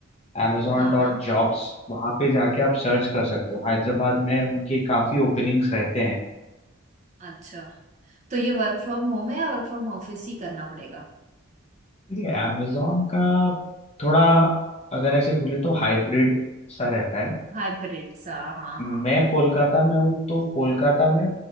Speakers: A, on the left; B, on the right.
A: amazon
B: हाँ
A: डॉट
B: हाँ
A: जॉब्स वहाँ पे जाके आप सर्च कर सकते हो हैदराबाद में उनके काफ़ी ओपनिंग्स रहते हैं
B: अच्छा तो ये वर्क फ्रॉम होम है या वर्क फ्रॉम ऑफिस ही करना पड़ेगा
A: ठीक है amazon का थोड़ा अगर ऐसे बोले तो हाइब्रिड सा रहता है
B: हाइब्रिड सा हाँ
A: मैं
B: हाँ
A: कोलकाता में हूँ तो कोलकाता में